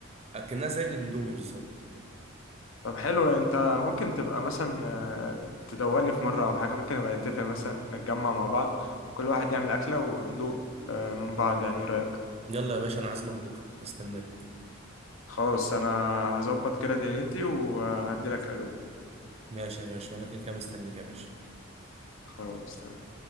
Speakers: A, on the right; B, on the left.
A: اكنها زي الاندومي بالظبط
B: طب حلو انت ممكن تبقى مثلا آه، تدوقني في مرة او حاجة ممكن نبقى نتفق مثلا نتجمع مع بعض كل واحد يعمل اكلة وندوق آه، من بعض يعني ايه رأيك
A: يلا يا باشا انا عازمك بكره استناك
B: خلاص انا هظبط كده دنيتي وهديلك الو
A: ماشي يا باشا وانا كده كده مستنيك يا باشا
B: خلاص تمام